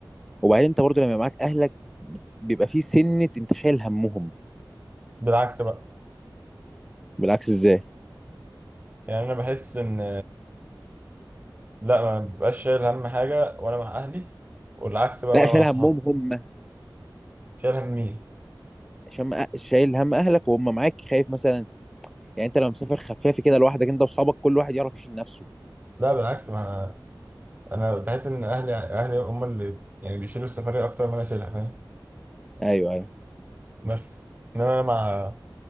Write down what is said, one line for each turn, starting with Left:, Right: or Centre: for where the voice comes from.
Centre: وبعدين انت برضه لما يبقى معاك اهلك بيبقى في سنه انت شايل همهم
Right: بالعكس بقى
Centre: بالعكس ازاي
Right: يعني انا بحس ان لا ما ببقاش شايل هم حاجه وانا مع اهلي والعكس بقى
Centre: لا
Right: وانا
Centre: شايل
Right: مع صحابي
Centre: همهم هم
Right: شايل هم مين
Centre: عشان أ- شايل هم اهلك وهم معاك خايف مثلا يعني انت لو مسافر خفافي كده لوحدك انت واصحابك كل واحد يعرف يشيل نفسه
Right: لا بالعكس ما انا أنا بحس ان اهلي اهلي هم اللي يعني بيشيلوا السفريه اكتر ما انا شايلها فاهم
Centre: ايوه ايوه
Right: بس انما انا مع